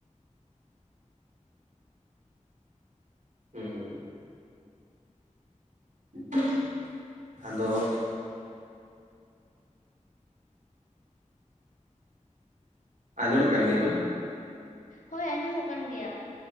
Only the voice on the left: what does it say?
ᱦᱳᱭ ᱟᱸᱡᱚᱢᱚᱜ ᱠᱟᱱ ᱜᱮᱭᱟ ᱾